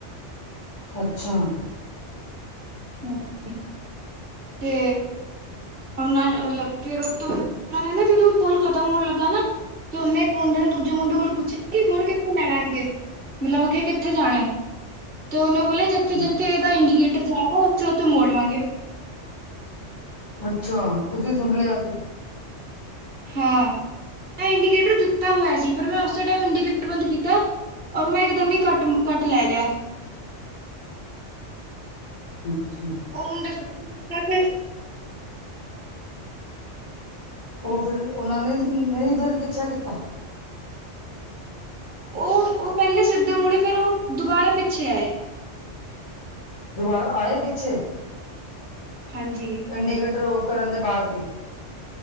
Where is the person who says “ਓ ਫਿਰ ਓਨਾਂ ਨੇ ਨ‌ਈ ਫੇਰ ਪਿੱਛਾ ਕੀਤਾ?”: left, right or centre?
Left